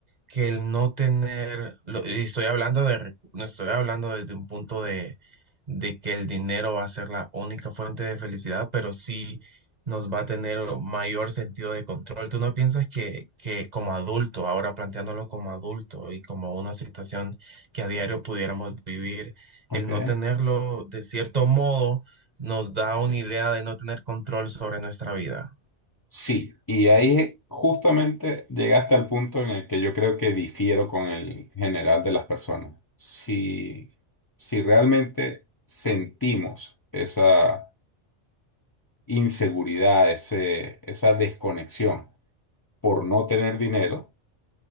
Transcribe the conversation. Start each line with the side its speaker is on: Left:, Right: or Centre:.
Right: que el no tener, lo- y estoy hablando de, recu- no estoy hablando desde un punto de, de que el dinero va a ser la única fuente de felicidad, pero sí nos va a tener mayor sentido de control. ¿Tú no piensas que, que como adulto, ahora planteándolo como adulto y como una situación que a diario pudiéramos vivir,
Left: ok.
Right: el no tenerlo de cierto modo, nos da una idea de no tener control sobre nuestra vida.
Left: Sí, y ahí justamente llegaste al punto en el que yo creo que difiero con el general de las personas. Si, si realmente sentimos esa inseguridad, ese, esa desconexión por no tener dinero,